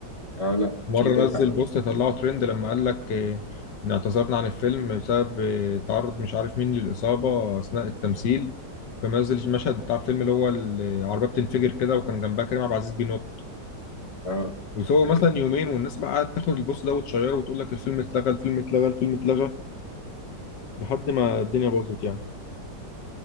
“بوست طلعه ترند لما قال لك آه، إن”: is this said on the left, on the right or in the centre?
Left